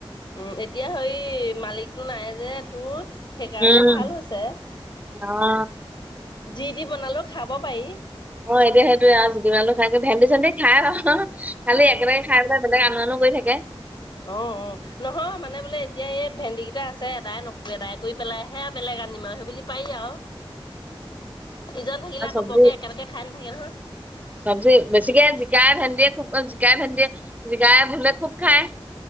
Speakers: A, on the left; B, on the right.
A: উম, এতিয়া হেৰি মালিকতটো নাই যে তোৰ। সেইকাৰণে
B: উম
A: ভাল হৈছে।
B: অ
A: যি দি বনালো খাব পাৰি।
B: অ' এতিয়া সেইটোয়ে আৰু জিতি বনালেও খাই ভেন্দি চেন্দি খাই আৰু। খালি একেলগে খাই পেলাই বেলেগ আমাৰনো গৈ থাকে।
A: অ' অ' নহয় মানে বোলে এতিয়া এই ভেন্দী কেইটা আছে এদাই ন এদাই কৰি পেলাইহে বেলেগ আনিম আৰু সেই বুলি পাৰি আৰু। ইজন থাকিলে আকৌ
B: চব্জি
A: বৰকে একেলগে খাই নাথাকে
B: -
A: নহয়।
B: চব্জি বেছিকে জিকাই ভেন্দিয়ে খুব অ' জিকাই ভেন্দি জিকাই ভেন্দি খুব খায়।